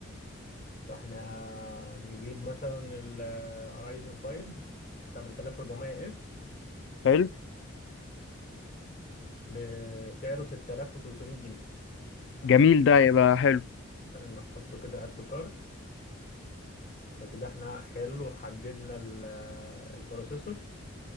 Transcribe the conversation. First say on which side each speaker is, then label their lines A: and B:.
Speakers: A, on the left; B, on the left.
A: فاحنا نجيب مثلا ال Ryzen 5 8400 اف
B: حلو
A: بسعره 6300 جنيه تمام
B: جميل ده يبقى حلو
A: نحطه كده اد تو كارت يبقى كده احنا حلو حددنا ال- البروسيسور